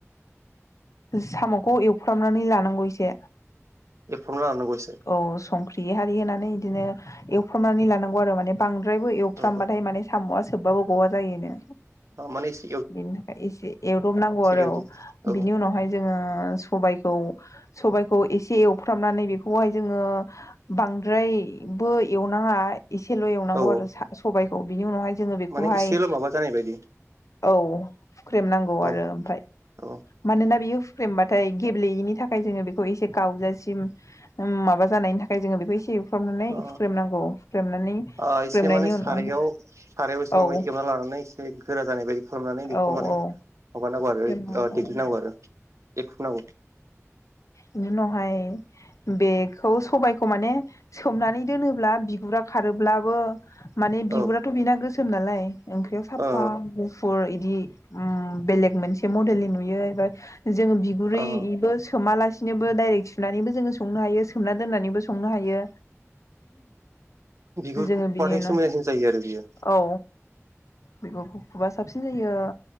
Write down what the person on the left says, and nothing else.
सामखौ एवफ्रामनानै लानांगौ एसे
औ संख्रि हारि होनानै बिदिनो एवफ्रामनानै लानांगौ आरो माने बांद्रायबो एवफ्रामबाथाय
माने सामआ सोबबाबो गवा जायोनो
बिनि थाखाय एसे एवदबनांगौ आरो
बिनि उनावहाय जोङो सबायखौ सबायाइखौ एसे एवफ्रामनानै बेखौहाय जोङो बांद्राय बो एवनाङा एसेल एवनांगौ
आरो सा-सबायखौ बिनि उनावहाय जोङो बेखौहाय
औ फुख्रेमनांगौ
आरो ओमफ्राय
मानोना बेयो फुख्रेमबाथाय गेब्लेयिनि थाखाय जोङो बेखौ एसे गावजासिम माबा जानायनि थाखाय। जोङो बेखौ एसे सुख्रबनानै
हुख्रेमनांगौ हुख्रेमनानै हुख्रेमनायनि
उनाव
औ
औ
औ
हुख्रेमना
लाबाय
इनि उनावहाय बेखौ सबायखौ माने सोमनानै दोनोब्ला बिगुरा खारोब्लाबो माने बिगुराथ
बेना गोसोम नालाय ओंख्रियाव साफा
गुफुर इदि उम बेले मोनसे मडेलनि नुयो एबा जोङो बिगुरैबो
सोमालासि सिनोबो डाइरेक्ट सुनानैबो जोङो संनो हायो सोमना दोननानैबो संनो हायो।
जोङो
बिनि उनाव
औ बिगरखौ खुबा साबसिन जायो